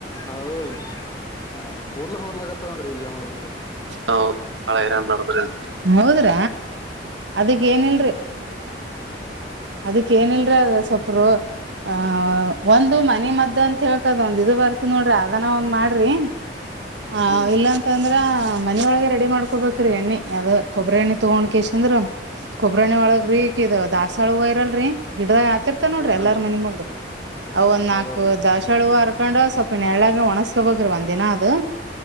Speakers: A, on the left (about 20°); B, on the right (about 80°).
A: ಹೌದ ಕು ಕೂದಲ ಹೊಲಗತಾವ ನೋಡ್ರಿ ಎನ್ ಮಾಡ್
B: ಹೌದ ಭಾಳ ಹೈರಾಣ ನಡದದ್ರಿ ಹೌದ್ರ ಅದಕ್ಕ ಏನಿಲ್ರಿ.
A: ಹ್ಮ್ <inaudible>
B: ಅದಕ್ಕ ಏನಿಲ್ರ ಅದ ಸೊಪ್ಪೂರು ಆಹ ಒಂದು ಮನಿ ಮದ್ದ ಅಂತ ಹೇಳ್ಕದ ಒಂದ್ ಇದು ಬರ್ತದ ನೋಡ್ರಿ ಅದನ ಒಂದ್ ಮಾಡ್ರಿ.
A: <inaudible>
B: ಹಾ
A: ಹ್ಮ್
B: ಇಲ್ಲಂತಂದ್ರ.
A: ರೀ
B: ಹ ಮನಿ ಒಳಗೆ ರೆಡಿ ಮಾಡ್ಕೊಬೇಕ್ರೀ ಎಣ್ಣಿ ಅದು ಕೊಬ್ಬ್ರೆಣ್ಣೆ ತೊಗೊಂಡ ಕೇಸಿಂದ್ರ. ಕೊಬ್ಬ್ರೆಣ್ಣೆ ಒಳಗ್ರಿ ಕಿದ ದಾಸಾವಾಳ ಹೂವಾ ಇರಲ್ರರಿ. ಗಿಡದಾಗ ಆತಿರ್ತ ನೋಡ್ರಿ
A: ಹಾ ಹಾ
B: ಎಲ್ಲಾರ ಮನಿ ಮುಂದ್ ಅವ ಒಂದ್
A: ಹೌದೌದ್ರಿ
B: ನಾಕ್ ದಾಶಾಳುವ ಹರ್ಕೊಂಡ ಸ್ವ ನೆಳ್ಳಗ ಒಣಸಕೋಬೆಕ್ರಿ ಒಂದಿನ ಅದು